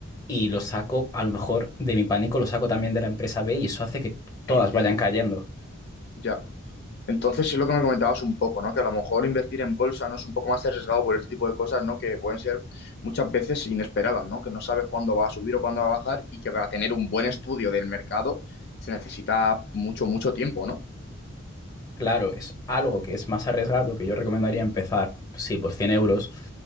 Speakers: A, on the left; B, on the left.
A: y lo saco, a lo mejor de mi pánico lo saco también de la empresa B y eso hace que todas
B: Entiendo,
A: vayan cayendo.
B: entiendo. Ya. Entonces, es lo que me comentabas un poco, ¿no? Que a lo mejor invertir en bolsa no es un poco más arriesgado por este tipo de cosas, ¿no? Que pueden ser muchas veces inesperadas, ¿no? Que no sabes cuándo va a subir o cuándo va a bajar y que para tener un buen estudio del mercado se necesita mucho, mucho tiempo, ¿no?
A: Claro, es algo que es más arriesgado, que yo recomendaría empezar, sí, por 100 euros